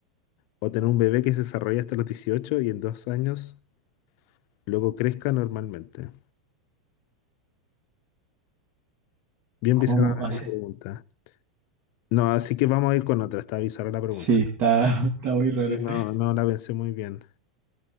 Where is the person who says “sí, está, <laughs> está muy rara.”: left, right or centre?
Right